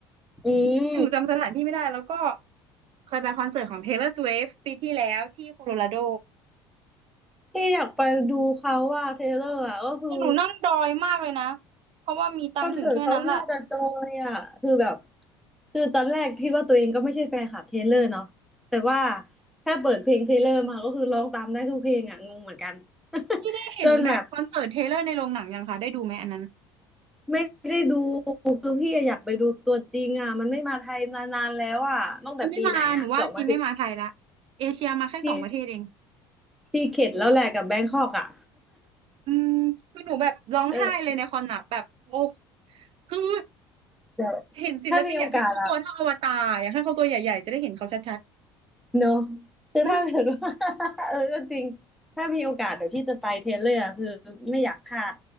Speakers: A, in the centre; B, on the right.
A: อืม
B: คือหนูจำสถานที่ไม่ได้แล้วก็เคยไปคอนเสิร์ตของ Taylor Swift ปีที่แล้วที่โคโลราโด
A: ที่อยากไปดูเขาว่าเทเลอร์อ่ะก็คือ
B: แต่หนูนั่งดอยมากเลยนะเพราะว่ามีตังค์ถึงแค่นั้นแหละ
A: คอนเสิร์ตเขาน่าจะจอยอ่ะคือแบบคือตอนแรกคิดว่าตัวเองก็ไม่ใช่แฟนคลับเทเลอร์เนาะแต่ว่าถ้าเปิดเพลงเทเลอร์มาก็คือร้องตามได้ทุกเพลงอ่ะงงเหมือนกัน
B: ที่ได้เห็นแบบคอนเสิร์ตเทเลอร์ในโรงหนังยังคะได้ดูไหมอันนั้น
A: <laughs> จนแบบไม่ได้ดูคือพี่อยากไปดูตัวจริงอ่ะมันไม่มาไทยมานานแล้วอ่ะตั้งแต่ปีไหนอ่ะสองพันสิบ
B: ชีไม่มาหนูว่าชีไม่มาไทยละเอเชียมาแค่สองประเทศเอง
A: ที่ที่เข็ดแล้วแหละกับแบงคอกอ่ะ
B: อืมคือหนูแบบร้องไห้เลยในคอนหนักแบบโอ้
A: <laughs> เออ
B: คือ
A: เดี๋ยว
B: เห็นศิลปินอยากให้เขาตัวเท่าอวตารอยากให้เขาตัวใหญ่ๆจะได้เห็นเขาชัด
A: ถ้ามีโอกาสอ่ะ เนอะ
B: ๆอืม
A: คือถ้าเกิดว่า <laughs> เออก็จริงถ้ามีโอกาสเดี๋ยวพี่จะไปเทเลอร์คือไม่อยากพลาด